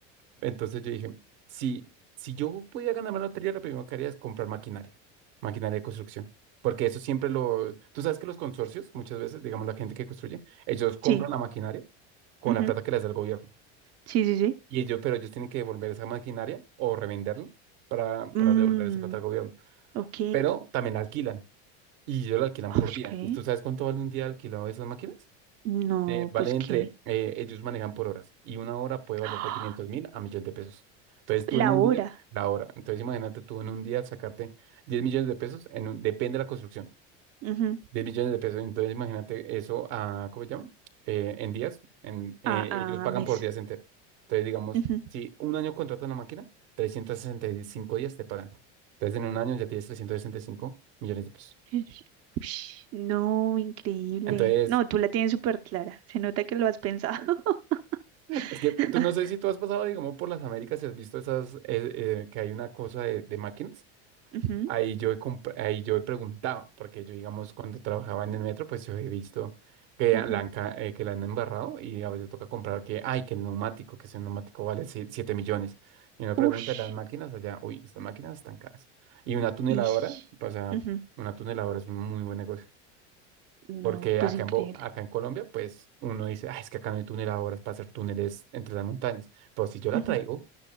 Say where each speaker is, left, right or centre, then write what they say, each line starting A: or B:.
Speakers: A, on the right; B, on the right.
A: Entonces yo dije, si, si yo pudiera ganarme la lotería, lo primero que haría es comprar maquinaria, maquinaria de construcción. Porque eso siempre lo... Tú sabes que los consorcios, muchas veces, digamos, la gente que construye, ellos compran
B: Sí.
A: la maquinaria con
B: ujú,
A: la plata que les da el gobierno.
B: Sí, sí, sí.
A: Y ellos, pero ellos tienen que devolver esa maquinaria o revenderla para,
B: Mm,
A: para devolver esa plata al gobierno.
B: ok.
A: Pero también la alquilan y ellos la alquilan
B: Ah,
A: por día.
B: ¿qué?
A: ¿Y tú sabes cuánto vale un día alquilado de esas máquinas?
B: No,
A: Eh, vale
B: pues
A: entre,
B: qué.
A: eh, ellos manejan por horas y una hora puede valer
B: Ah,
A: de 500 mil a millones de pesos. Entonces tú
B: La
A: en un
B: hora.
A: día, la hora. Entonces imagínate tú en un día sacarte 10 millones de pesos, en un- depende de la construcción,
B: Ujú,
A: 10 billones de pesos. Entonces, imagínate eso a, ¿cómo se llama? Eh, en días. En, eh,
B: Ah, ah,
A: ellos pagan
B: mes.
A: por días enteros. Entonces, digamos,
B: Ujú.
A: si un año contratas la máquina, 365 días te pagan. Entonces, en un año ya tienes 365 millones de pesos.
B: Ush, ush, No, increíble.
A: Entonces,
B: No, tú la tienes súper clara. Se nota que lo has pensado. <laughs>
A: es que tú no sé si tú has pasado, digamos, por las Américas y has visto esas, eh, eh, que hay una cosa de, de máquinas.
B: Ujú,
A: Ahí yo he compr- ahí yo he preguntado, porque yo, digamos, cuando trabajaba en el metro, pues yo he visto que
B: ujú.
A: la han, ca- eh, que la han embarrado y a veces toca comprar que, ay, que el neumático, que ese neumático vale si, 7 millones. Y uno
B: Ush,
A: pregunta, las máquinas allá, uy, estas máquinas están caras. Y una tuneladora,
B: ish.
A: pues, o sea,
B: ujú.
A: una tuneladora es un muy buen negocio.
B: No,
A: Porque
B: pues
A: acá
B: increíble.
A: en, Bo- acá en Colombia, pues uno dice, ay, es que acá no hay tuneladoras para hacer túneles entre las montañas. Pero si yo la
B: Ujú.
A: traigo,